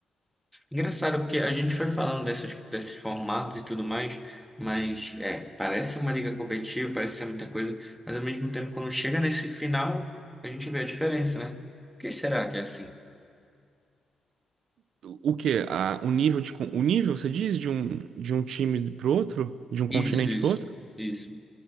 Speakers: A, in the centre; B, on the right.
A: Engraçado, porque a gente foi falando dessas, desses formatos e tudo mais, mas é, parece uma liga competitiva, parece ser muita coisa, mas ao mesmo tempo, quando chega nesse final, a gente vê a diferença, né? Por que será que é assim?
B: O que? O nível de con- o nível, você diz, de um de um time pro outro, de um
A: Isso,
B: continente
A: isso,
B: pro outro?
A: isso.